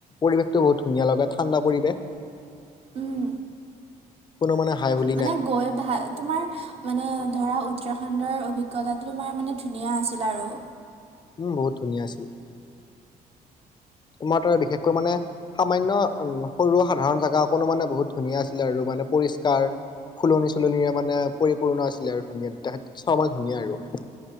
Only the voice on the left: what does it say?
পৰিৱেশটো বহুত ধুনীয়া লগা। ঠাণ্ডা পৰিৱেশ।
কোনো মানে হাই হুল
উম বহুত ধুনীয়া আছিল। তোমাৰ তাৰ বিশেষকৈ মানে সামান্য সৰু সাধাৰণ জাগা অকণো মানে বহুত ধুনীয়া আছিলে আৰু মানে পৰিষ্কাৰ। ফুলনি-চুলনিৰে মানে পৰিপূৰ্ণ আছিলে আৰু ধুনীয়া তেহেত চবই ধুনীয়া আৰু।